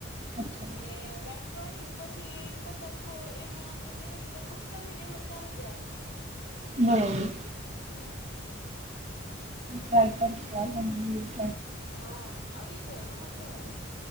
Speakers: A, on the right; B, on the left.
A: અચ્છા
B: અને ગાંઠવાળીને પછી સતત ગો એમાં આપણે જેવી રીતે ગુતા હોય ને, એમ જ ચાલુ જ રાખો. <unintelligible>
A: બરાબર.
B: હમ! <inaudible>
A: ફ્રાય કર સ્વાદ બને.
B: હા, આવડી જાય. નો વાંધો આવે.